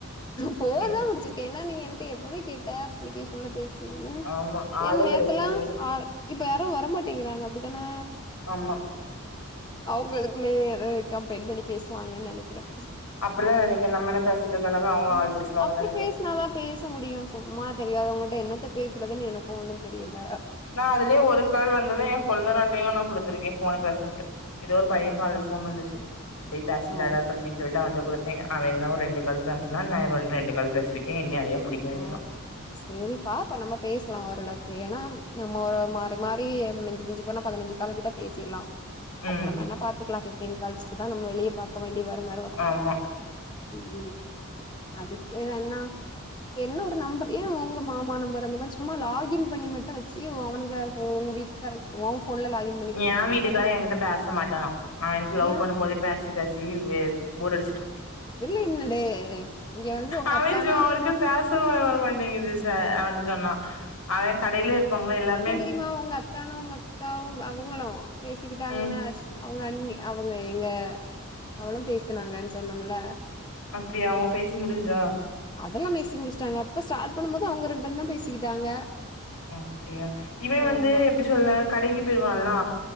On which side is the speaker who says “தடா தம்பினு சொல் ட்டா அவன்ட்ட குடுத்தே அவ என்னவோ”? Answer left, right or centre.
Left